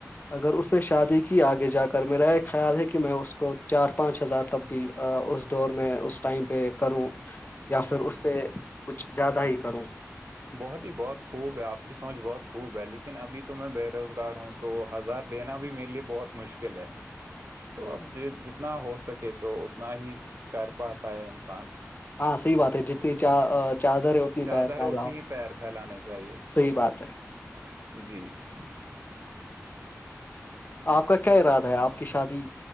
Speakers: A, on the left; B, on the right.
A: اگر اس نے شادی کی آگے جا کر میرا یہ خیال ہے کہ میں اس کو چار پانچ ہزار تک بھی اس دور میں اس ٹائم پہ کروں یا پھر اس سے کچھ زیادہ ہی کرو
B: بہت ہی بہت خوب ہے آپ کی سوچ بہت خوب ہے لیکن ابھی تو میں بے روزگار ہوں تو ہزار دینا بھی میرے لیے بہت مشکل ہے تو اب ج جتنا ہو سکے تو اتنا ہی کر پاتا ہے انسان <unintelligible>
A: ہاں صحی بات ہے جتنی چ چادر ہے
B: چادر
A: پہ فھیلاؤ
B: ہو اتنی ہی پیر پھیلانے چاہیے
A: صحیح بات ہے <unintelligible>
B: جی جی
A: آپ کا کیا ارادہ ہے آپ کی شادی